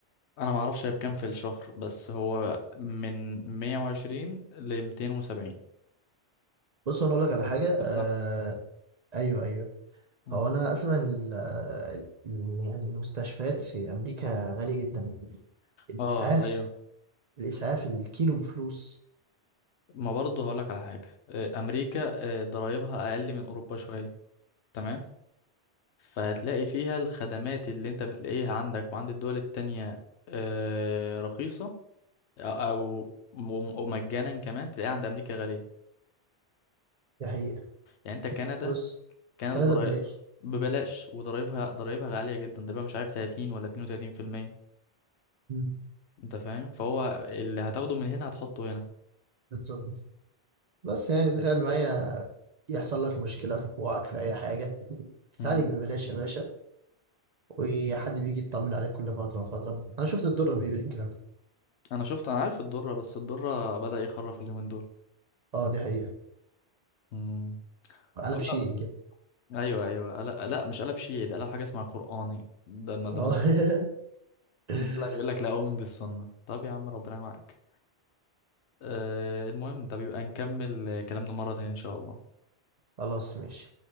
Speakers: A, on the left (about 80°); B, on the right (about 50°).
A: انا ما اعرفش هي بكام في الشهر بس هو من 120 ل 270
B: بص انا اقول لك على حاجه
A: في
B: آه
A: السنة
B: ايوه ايوه
A: مم.
B: هو انا اسمع ان ال- ال- يعني المستشفيات في امريكا غاليه جدا الاسعاف
A: اه ايوه
B: الاسعاف الكيلو بفلوس
A: ما برضه هقولك على حاجة آه، امريكا آه، ضرايبها اقل من اوروبا شوية تمام فهتلاقي فيها الخدمات اللي انت بتلاقيها عندك وعند الدول التانية آه، رخيصة او أو- وم- ومجانا كمان تلاقيها عند امريكا غالية
B: دي حقيقه
A: يعني انت كندا
B: بص
A: كندا
B: كندا
A: ضرايب
B: ببلاش
A: ببلاش وضرايبها ضرايبها غالية جدا ضرايبها مش عارف 30 ولا 32%
B: مم.
A: انت فاهم فهو اللي هتاخده من هنا هتحطه هنا
B: بالظبط بس يعني تخيل معايا يحصل لك مشكلة في كوعك في أي حاجة تتعالج
A: امم
B: ببلاش يا باشا وحد بيجي يطمن عليك كل فترة وفترة أنا شفت الدرة بيقول الكلام ده
A: انا شفت انا عارف الضرة بس الضرة بدأ يخرف اليومين دول
B: أه دي حقيقة
A: امم
B: قلب
A: طب
B: شيعي كده
A: لا ايوه ايوه لا, لا مش قلب شيعي ده قلب حاجه اسمها قراني ده ما ده
B: أه
A: مصر
B: <laughs>
A: يقول لك لا اؤمن بالسنه طب يا عم ربنا معاك أه المهم ده بيبقى نكمل كلامنا مره تانية ان شاء الله
B: خلاص ماشي